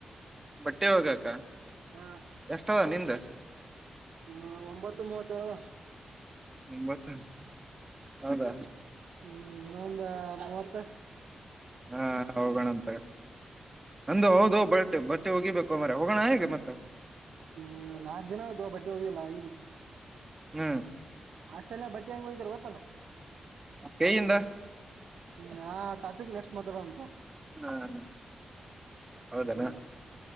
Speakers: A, on the right; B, on the right.
A: ಬಟ್ಟೆ ಒಗ್ಯಾಕಾ.
B: ಹಾ.
A: ಎಷ್ಟದ ನಿಂದ.
B: ಹ್ಹ ಒಂಬತ್ತು ಮೂವತ್ತೇಳ್ದ.
A: ಒಂಬತ್ತು ಹೌದಾ.
B: ಹು ಇನ್ನೊಂದ ಮೂವತ್ತ
A: ಹಾ ಹೋಗೋಣ ಅಂತತಗೋ. ಅಂದು ಹೌದು ಬಟ್ಟೆ ಬಟ್ಟೆ ಹೋಗಿಬೇಕು ಮಾರಾಯಾ ಹೋಗೋಣ ಇಗ ಮತ್ತೆ.
B: ಹು ನಾಲ್ಕ್ ದಿನಾ ಆಯ್ತೋ ಬಟ್ಟೆ ಹೋಗದಿಲ್ಲಾ ಇಗ ಹೋಗ್ಬೇಕು.
A: ಹ.
B: ಹಾಸ್ಟೆಲ್ದಾಗ ಬಟ್ಟಿ ಹೆಂಗ ಹೋಗಿತಾರ್ ಗೊತ್ತಲ್ಲ.
A: ಕೈಯಿಂದ
B: ಹಾ ಟಾಫೀಕ್ ನೆಕ್ಸ್ಟ್ ಮಾತಾಡೋಣ ತೊ.
A: ರರ ಹೌದನಾ
B: ಹ್ಮ್